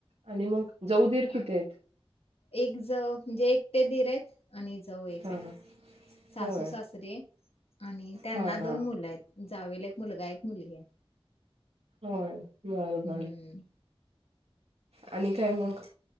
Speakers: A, on the right (about 90°); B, on the left (about 75°).
A: आणि मग जाऊ दीर किती
B: हा
A: आहेत
B: एक ज म्हणजे एक तेधीर आहेत आणि जाऊ एक
A: हा
B: आहे
A: हा
B: सासू
A: होय
B: सासरे आणि त्यांना
A: हा
B: दोन
A: हा
B: मुलं आहेत जावेला एक मुलगा आहे मुल आहे
A: हो बर बर
B: हम्म
A: आणि काय मग